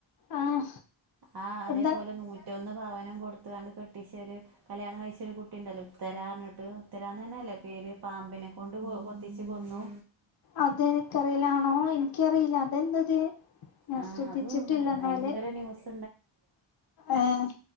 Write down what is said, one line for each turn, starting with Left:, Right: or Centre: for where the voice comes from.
Left: ആഹ്
Right: ആഹ് അതേപോലെ
Left: എന്താ
Right: നൂറ്റൊന്ന് പവനം കൊടുത്താണ്ട് കെട്ടിച്ചേര് കല്യാണം കഴിച്ച ഒരു കുട്ടി ഉണ്ടല്ലോ ഉത്തരാ പറഞ്ഞിട്ട് ഉത്തരന്ന് നന്നെല്ലേ പേര് പാമ്പിനെ കൊണ്ട് കൊത്തിച്ചു കൊന്നു.
Left: അതെനിക്കറിലാണോ എനിക്കറിയില്ല അതെന്തത് ഞാൻ
Right: ആഹ്
Left: ശ്രദ്ധിച്ചിട്ടില്ലെന്നാല്
Right: അത് ഭയങ്കര ന്യൂസ്
Left: ഏഹ്